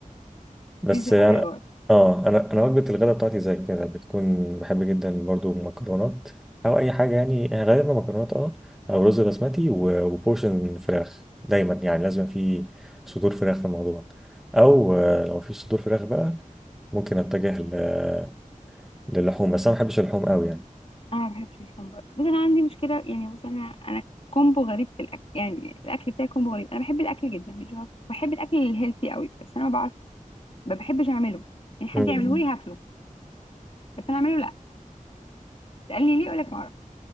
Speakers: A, in the centre; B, on the left.
A: بس
B: دي بتبقى
A: انا
B: حلوه
A: اه انا انا وجبه الغداء بتاعتي زي كده بتكون بحب جدا برضو مكرونات او اي حاجه يعني غالبا مكرونات اه او رز بسمتي و- وبورشن فراخ دايما يعني لازم في صدور فراخ في الموضوع او آه، لو مفيش صدور فراخ بقى ممكن اتجه ل- للحوم بس انا ما بحبش اللحوم قوي يعني
B: انا ما بحبش الحمبار بس انا عندي مشكله يعني بس انا انا كومبو غريب في الاكل يعني الاكل بتاعي كومبو غريب انا بحب الاكل جدا مش غلط بحب الاكل الهيلثي قوي بس انا ما بعرف ما بحبش اعمله يعني حد
A: مم.
B: يعمله لي هاكله بس انا اعمله لا قال لي ليه اقول لك ما اعرف